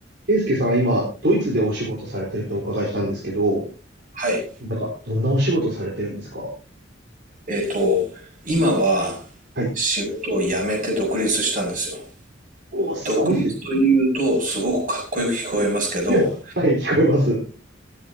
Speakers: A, on the right; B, on the right.
A: ケイスケさん、今、ドイツでお仕事されてるってお伺いしたんですけど、
B: はい。
A: なんか、どんなお仕事されてるんですか
B: えっと、今は
A: はい。
B: 仕事を辞めて独立したんですよ。
A: おー、すごいです。
B: 独立というとすごくかっこよく聞こえますけど、
A: <laughs> いやはい、聞こえます。